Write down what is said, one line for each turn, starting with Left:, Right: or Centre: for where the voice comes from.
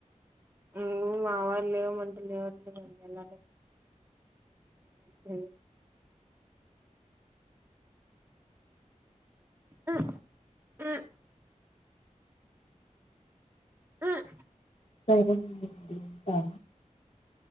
Right: హ్మ్ మా వాళ్ళు లేవ మంటే లేవట్లే అన్ <inaudible> హ్మ్ హ్మ్ హ్మ్మ్
Left: సరే అండి ఇంగుంట